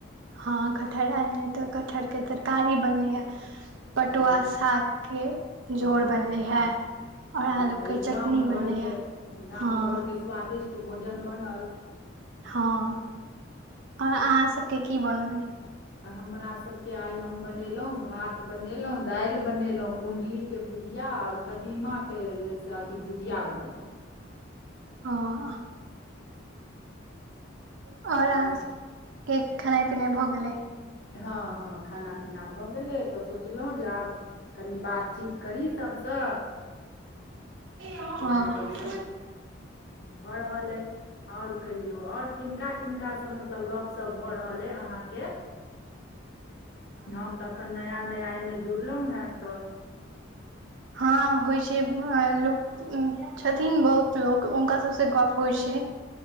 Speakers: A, on the right; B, on the left.
A: हँ कटहर एल रहै, तऽ कटहरके तरकारी बनलै हए। पटुआ
B: हँ
A: सागके झोर
B: वाह
A: बनलै
B: वाह
A: हे। और
B: तहन
A: आलू
B: तऽ
A: के
B: ई
A: चटनी
B: गाम
A: बनले
B: घरके,
A: हे
B: गाम
A: हँ
B: घरके स्वादिष्ट भोजन बनल।
A: हँ, और अहाँ सबके की बनल ऐ?
B: हमरा सभके आइ हम बनेलहुँ, भात बनेलहुँ, दालि बनेलहुँ, कुण्डली के भुजिया, आओर कदीमाके अथी भुजिया बनेलहुँ।
A: हँ, और अहाँ
B: आओर
A: सब के के खेनाइ -पिनाइ भऽ गेलै।
B: हँ, हँ, खाना -पीना भऽ गेलै, तऽ सोचलहुँ जे आब कनि बात चीत करी सभसँ,
A: हँ
B: तऽ उएह गप्पशप भऽ रहल अछि। और कहियो, और किनका -किनका से मतलब गप -सप भऽ रहल अे अहाँ के? हम तऽ एखन नया -नया एहिमे जुड़लहुँ हेँ, तऽ।
A: हँ होइ छै, लोक छथिन बहुत लोक, हुनका सभसँ गप्प होइ छै।